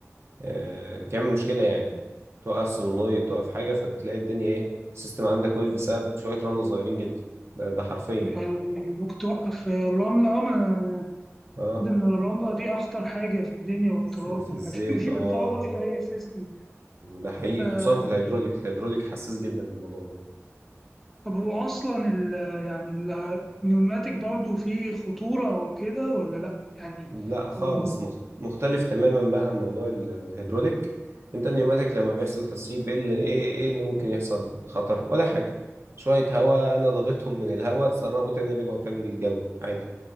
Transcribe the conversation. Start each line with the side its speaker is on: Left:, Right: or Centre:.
Right: آه تعمل مشكلة يعني توقف solenoid توقف حاجة فتلاقي الدنيا ايه السيستم عندك وقف بسبب شوية رملة صغيرين جدا ده, ده حرفيا
Centre: يعني ممكن توقف الرملة أه المفروض
Right: اه
Centre: إن الرملة دي أخطر حاجة في الدنيا والتراب
Right: في, في
Centre: والحاجات
Right: الزيت
Centre: دي
Right: اه
Centre: <laughs> بتبوظ أي سيستم يعني.
Right: ده حقيقي
Centre: ف-
Right: خصوصا في الهيدروليك الهيدروليك حساس جدا للموضوع ده
Centre: طب هو أصلا ال يعني ال- النيوماتيك برضو فيه خطورة وكده ولا لأ؟ يعني
Right: لا خالص
Centre: ط- و-
Right: مخت- مختلف تماما بقى عن موضوع ال- الهيدروليك انت النيوماتيك لما بيحصل تسريب ايه اللي ايه ايه اللي ممكن يحصل خطر ولا حاجه شويه هواء انا ضغطهم من الهواء اتسربوا تاني رجعوا تاني للجو عادي